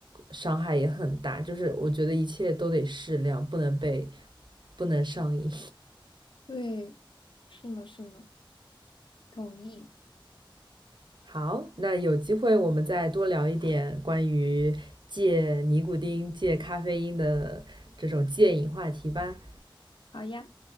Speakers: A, on the right; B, on the left.
A: 伤害也很大。就是我觉得一切都得适量，不能被不能上瘾。
B: 对，是呢是呢，同意。
A: <laughs> 好，那有机会我们再多聊一点关于戒尼古丁、戒咖啡因的这种戒瘾话题吧。
B: 好呀。